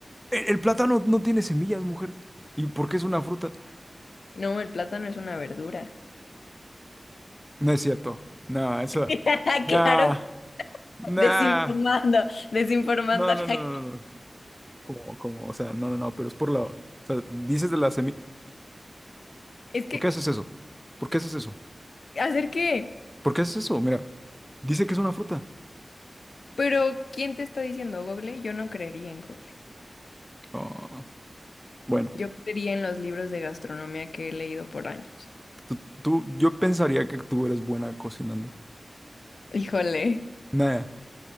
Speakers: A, in the centre; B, on the left.
A: el, el plátano no tiene semillas, mujer. ¿Y por qué es una fruta?
B: No, el plátano es una verdura.
A: No es cierto. No, eso...
B: <laughs>
A: Nah.
B: Claro,
A: Nah.
B: desinformando, desinformando
A: No,
B: a
A: no,
B: la gente.
A: no, no, no. no. Como, como, o sea, no, no, no, pero es por la, o sea, dices de la semilla,
B: Es que,
A: ¿por qué haces eso? ¿Por qué haces eso?
B: ¿hacer qué?
A: ¿Por qué haces eso? Mira, dice que es una fruta.
B: Pero, ¿quién te está diciendo, Google? Yo no creería en Google.
A: Ah, bueno,
B: Yo creería en los libros de gastronomía que he leído por años.
A: tú, tú- yo pensaría que tú eres buena cocinando.
B: Híjole.
A: Nada,